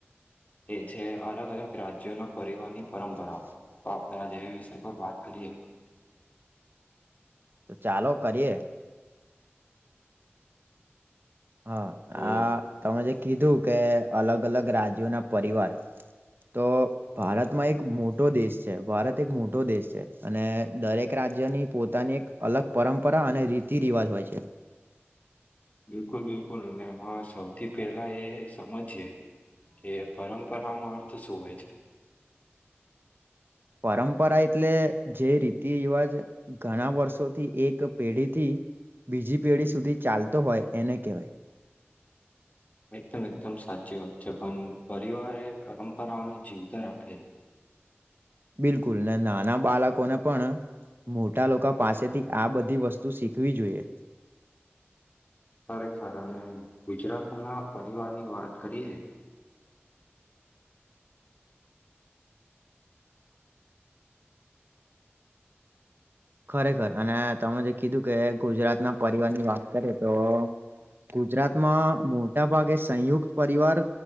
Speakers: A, on the left; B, on the right.
A: એ છે અલગ અલગ રાજ્યોના પરિવારની પરંપરાઓ તો આપડણે આજે એ વિષય પર વાત કરીએ
B: તો ચાલો કરીએ હા
A: તો
B: આ તમે જે કીધું કે અલગ અલગ રાજ્યોના પરિવાર તો ભારતમાં એક મોટો દેશ છે ભારત એક મોટો દેશ છે અને દરેક રાજ્યની પોતાની એક અલગ પરંપરા અને રીતિ રિવાજ હોય છે
A: બિલકુલ બિલકુલ અને એમાં સૌથી પેલા એ સમજીયે કે પરંપરાનો અર્થ શું હોય છે
B: પરંપરા એટલે જે રીતિ રિવાજ ઘણા વર્ષોથી એક પેઢીથી બીજી પેઢી સુધી ચાલતો હોય એને કહેવાય
A: <inaudible> એકદમ એકદમ સાચી વાત છે પણ પરિવારે પરંપરાઓને જીવતા રાખેલ
B: બિલકુલ ને નાના બાળકોને પણ મોટા લોકો પાસેથી આ બધી વસ્તુ શીખવી જોઈએ
A: ખરેખર અને ગુજરાતના પરિવારની વાત કરીએ
B: ખરેખર અને તમે જે કીધું કે ગુજરાતના પરિવાર ની વાત કરીએ તો ગુજરાતમાં મોટા ભાગે સંયુક્ત પરિવાર